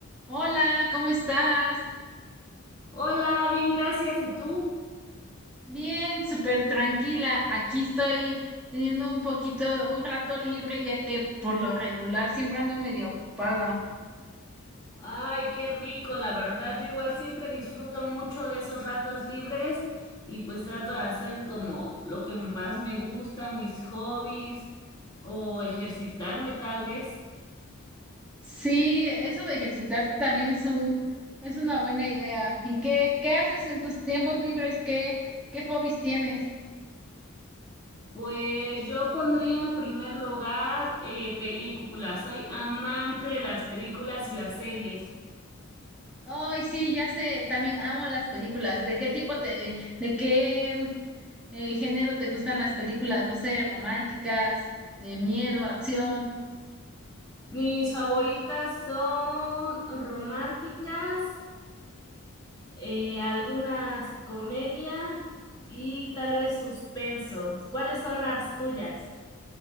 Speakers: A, in the centre; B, on the left (about 20°).
A: Hola, ¿cómo estás?
B: Hola, bien, gracias. ¿Y tú?
A: Bien, súper tranquila. Aquí estoy teniendo un poquito, un rato libre, ya que por lo regular siempre ando medio ocupada.
B: Ay, qué rico, la verdad. Yo igual siempre disfruto mucho de esos ratos libres y pues trato de hacer como lo que más me gusta, mis hobbies o ejercitarme tal vez.
A: Sí, eso de ejercitarte también es un, es una buena idea. ¿Y qué, qué haces en tus tiempos libres? ¿Qué, qué hobbies tienes?
B: Pues yo pondría en primer lugar eh, películas. Soy amante de las películas y las series.
A: Ay, sí, ya sé, también amo las películas. ¿De qué tipo te, de qué eh, género te gustan las películas? No sé, románticas, de miedo, acción.
B: Mis favoritas son románticas. eh, algunas comedia y tal vez suspenso. ¿Cuáles son las tuyas?